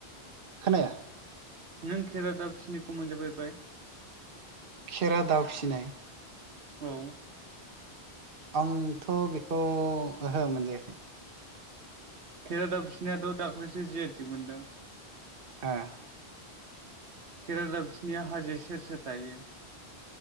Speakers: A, on the right; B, on the right.
A: खोनाया
B: नों खेरादाबसिनिखौ मोनजाफेरबाय
A: खेरा दाउ फिसिनाय
B: औ
A: आंथ' बेखौ ओहो मोनजायाखै।
B: खेरा दाबसिनियाथ' दाख्लैसो जीआइटेक मोनदों।
A: ओ
B: केरादाबसिनिया हाजो सेर सेर थायो।